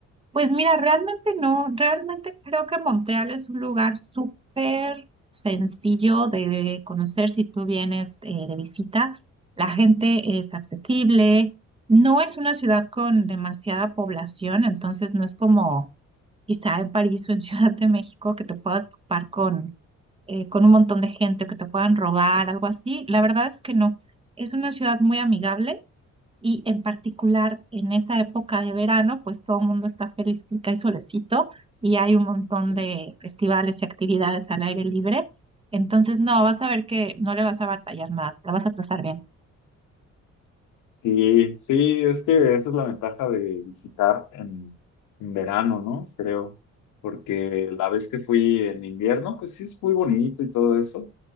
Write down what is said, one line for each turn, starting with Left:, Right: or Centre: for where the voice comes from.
Right: Pues mira, realmente no, realmente creo que Montreal es un lugar súper sencillo de conocer si tú vienes eh, de visita. La gente es accesible, no es una ciudad con demasiada población, entonces no es como quizá en París o en <laughs> Ciudad de México que te puedas topar con, eh, con un montón de gente o que te puedan robar, algo así. La verdad es que no, es una ciudad muy amigable y en particular en esa época de verano, pues todo el mundo está feliz porque hay solecito y hay un montón
Left: Ujú.
Right: de festivales y actividades al aire libre. Entonces, no, vas a ver que no le vas a batallar nada, te la vas a pasar bien.
Left: Sí, sí, es que esa es la ventaja de visitar en, en verano, ¿no? Creo, porque la vez que fui en invierno, pues sí es muy bonito y todo eso,